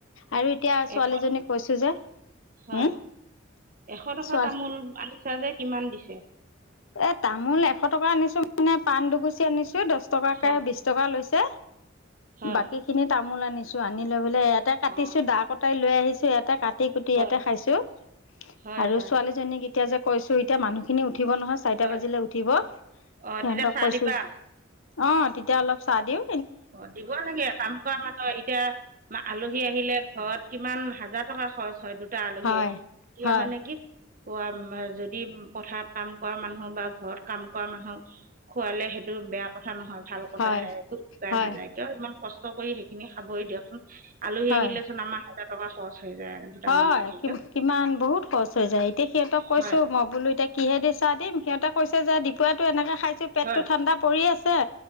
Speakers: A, on the left; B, on the right.
A: আৰু এতিয়া ছোৱালীজনীক
B: এশ
A: কৈছোঁ যে,
B: হয়
A: উম
B: এশ টকা
A: ছোৱালী
B: তামোল আনিছা যে কিমান দিছে?
A: এ তামোল এশ টকা আনিছো মানে পাণ দুগূছি আনিছো দছ টকাকে
B: হয়
A: বিশ টকা লৈছে।
B: হয়
A: বাকী খিনি তামোল আনিছো আনি লৈ পেলাই ইয়াতে কাটিছো
B: অ
A: দা কটাই ল লৈ আহিছোঁ ইয়াতে কাটি কুটি
B: হয়
A: ইয়াতে খাইছো
B: হয়
A: আৰু
B: হয়
A: ছোৱালীজনী এতিয়া যে কৈছোঁ এতিয়া মানুহখিনি উঠিব নহয় চাৰিটা
B: হয়
A: বাজিলে উঠিব
B: অ
A: সিহঁতক
B: তেতিয়া চাহ
A: কৈছোঁ
B: দিবা
A: যে অ তেতিয়া অলপ চাহ দিওঁ
B: অ দিব লাগে কাম কৰা মানুহ এতিয়া আলহী আহিলে ঘৰত কিমান হাজাৰ টকা খৰচ হয় দুটা আলহী
A: হয়
B: আহিলে, এয়া
A: হয়
B: মানে কি খোৱা যদি পথাৰত কাম কৰা মানুহ বা ঘৰত কাম কৰা মানুহ খোৱালে সেইটো সেইটো বেয়া কথা নহয় ভাল কথা
A: হয়
B: হে একো শুকাই
A: হয়
B: নাযায় কিয় ইমান কষ্ট কৰি সেইখিনি খাবই দিয়কচোন আলহী
A: হয়
B: আহিলেচোন আমাৰ হাজাৰ টকা খৰচ হৈ যায় দুটামান
A: হয়
B: আহিলে
A: কি কিমান বহুত খৰচ হৈ যায় এতিয়া সিহঁতক কৈছোঁ
B: হয়
A: মই বোলো এতিয়া কিহে দি চাহ দিম সিহঁত কৈছে যে দুপৰীয়াটো এনেকে খাইছো পেট
B: হয়
A: টো ঠাণ্ডা পৰি আছে